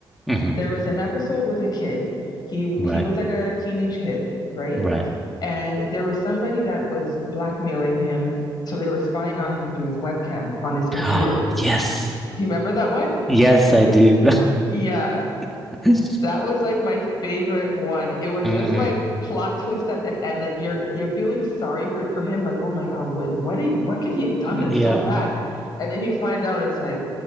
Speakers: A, in the centre; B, on the left.
A: hmm
B: There was an episode with a kid. He
A: Right,
B: he was like a teenage kid, right?
A: right.
B: And there was somebody that was blackmailing him, so they were spying on him through his webcam on his computer.
A: <gasps> Yes.
B: Do you remember that one?
A: Yes, I do.
B: Yeah.
A: <laughs>
B: That was like my favorite one. It was
A: Mm,
B: just like plot twist at the end. Like you're you're feeling sorry for for him. Like oh my God, what what did what could he have done
A: Yeah.
B: that's so bad? And then you find out it's like